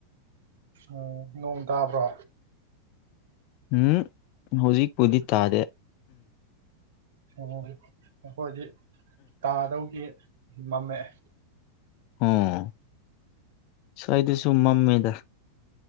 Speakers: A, on the right; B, on the left.
A: ꯎꯝ ꯅꯣꯡ ꯇꯥꯕ꯭ꯔꯣ
B: ꯎꯝ ꯍꯧꯖꯤꯛꯄꯨꯗꯤ ꯇꯥꯗꯦ
A: ꯎꯝ ꯑꯩꯈꯣꯏꯗꯤ ꯇꯥꯗꯧꯒꯤ ꯃꯝꯃꯛꯑꯦ
B: ꯑꯣ ꯁ꯭ꯋꯥꯢꯗꯁꯨꯨ ꯃꯝꯃꯦꯗ